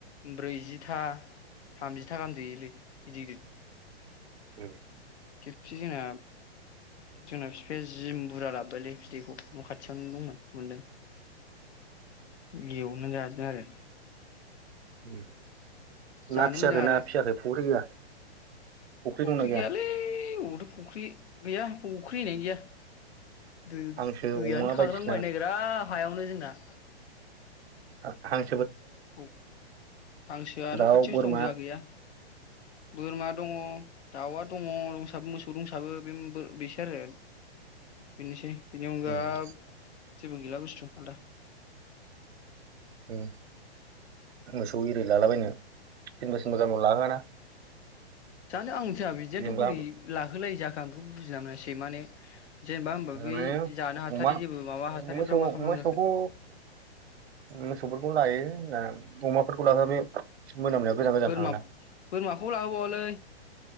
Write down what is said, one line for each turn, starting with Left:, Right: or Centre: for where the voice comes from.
Left: ब्रैजिथा थामजिथा गाहाम दैयोलै गिदिर गिदिर।
Right: औ
Left: खेबसे जोंना जोंना बिफाया जिम बुरजा लाबोबायलै बिदैखौ न' खाथियावनो दंमोन मोनदों। लयावनो जाजोन
Right: उम
Left: जानो
Right: ना फियाखै
Left: मोजां आरो
Right: ना फियाखै फख्रि गैया।
Left: फुख्रि
Right: दंना गैया
Left: गैयालै अबावथो' फख्रि गैया। फख्रि होन्नायानो गैया। दै
Right: हांसो
Left: दैइयानो
Right: अमा बायदिसिना
Left: थाग्रांबायनायग्रा हायावनो जोंना
Right: हां
Left: औ हांसोआ
Right: दाउ
Left: न' खाथियावसो
Right: बोरमा
Left: दं जोहा गैया बोरमा दङ। दाउआ दङसो मोसौ रंसाबो बे बेसो आरो बेनोसै बिनि अनगा
Right: उम
Left: जबो गिला बस्थ' आदा।
Right: उम मोसौ रै लालाबायनो सोरबासिमबोा गामियाव लाहोआना
Left: जानो आं मोनथिया बिदिआथ'
Right: जेनेबा
Left: बोरै लाहोलायै जाखो? आखौ बुजिना मोनासै माने जेनेबा होमबा
Right: माने
Left: बै जानो हाथारि
Right: अमा
Left: जेबो माबा हाथारिफ्रा
Right: मोसौ
Left: मा खालामनांगौ
Right: मोसौखौ
Left: जाखो
Right: मोसौफोरखौ लायो। अमाफोरखौ लांङो बे मोनामनाया गोजान गोजान
Left: बोरमा
Right: थाङोना
Left: बोरमाखौ लाहोबावालै।